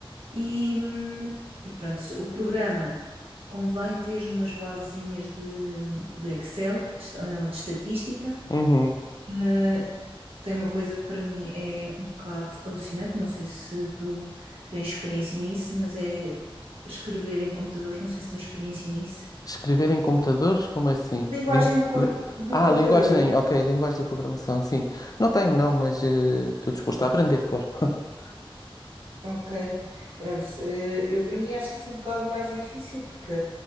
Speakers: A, on the right (about 75°); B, on the left (about 40°).
A: e, hum, e pronto, o programa convém ter umas basezinhas de, de Excel, de, est- ou de estatística.
B: Uhum.
A: Uh, tem uma coisa que para mim é um bocado alucinante, não sei se tu tens experiência nisso, mas é escrever em computadores, não sei se tens experiência nisso.
B: Escrever em computadores? Como assim?
A: Linguagem
B: Lin-
A: de, com-
B: li-
A: de
B: Ah,
A: computador.
B: linguagem. Ok, linguagem de programação, sim. Não tenho, não, mas eh, estou disposto a aprender, claro. <laughs>
A: Ok. Pronto, eh, eu para mim acho isso um bocado mais difícil porque